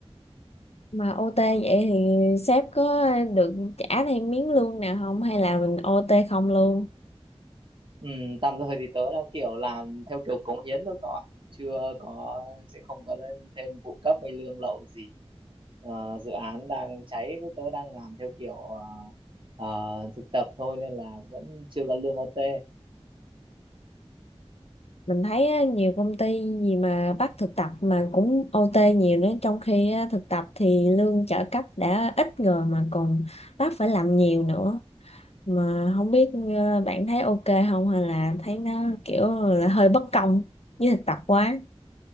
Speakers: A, on the left (about 75°); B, on the right (about 50°).
A: mà OT vậy thì sếp có được trả thêm miếng lương nào không hay là mình OT không luôn
B: Ừ, tạm thời thì tớ đang kiểu làm theo kiểu cống hiến thôi các bạn. Chưa có sẽ không có thêm thêm phụ cấp hay lương lậu gì. Ờ, dự án đang cháy với tớ đang làm theo kiểu ờ, ờ, thực tập thôi nên là vẫn chưa có lương OT.
A: mình thấy á, nhiều công ty gì mà bắt thực tập mà cũng OT nhiều nữa trong khi á, thực tập thì lương trợ cấp đã ít rồi mà còn bắt phải làm nhiều nữa mà không biết ờ, bạn thấy ok không hay là thấy nó kiểu là hơi bất công với thực tập quá